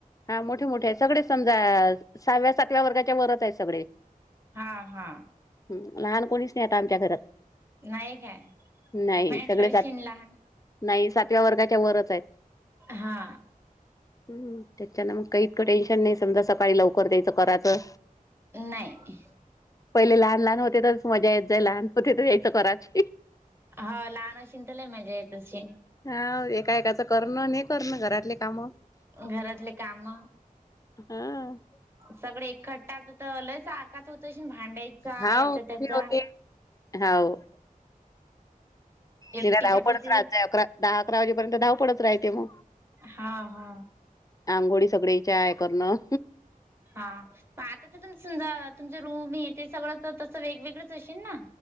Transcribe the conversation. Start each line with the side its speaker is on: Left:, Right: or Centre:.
Left: हा मोठे मोठे आहे सगळे समजा सहाव्या सातव्या वर्गाच्या वरच आहे सगळे,
Right: हा हा,
Left: ह लहान कोणीच नाही आता आमच्या घरात
Right: नाही काय <inaudible>
Left: नाही
Right: भेटल
Left: सगळे सात
Right: शिनला
Left: नाही सातव्या वर्गाच्या वरच आहेत.
Right: हा,
Left: हम्म त्याच्यान मग काही इतकं टेन्शन नाही समजा सकाळी लवकर द्यायचं करायचं
Right: नाही.
Left: पहिले लहान लहान होते तरच मजा येत जा लहान होते तर यायचं कराच
Right: हो लहान अशन तरलाय मजा येतशी
Left: हा एका एकाचं करणं हे करणं घरातले कामं.
Right: घरातले काम.
Left: हां.
Right: सगळे एखट्टा तर लयच आकात होत अशील भांडायचा
Left: हा
Right: याचा
Left: होते
Right: त्याचा.
Left: हाव.
Right: एकटीच्या
Left: तला धाव
Right: भोवती
Left: पडच राहायचं अकरा दहा अकरा वाजेपर्यंत धावपडच राहते मग.
Right: हा हा,
Left: आंघोळी सगळे चाय करणं
Right: हा म आता तर तुम समजा तुमचं रूम हे ते सगळं तर तसं वेगवेगळंच असशेल ना.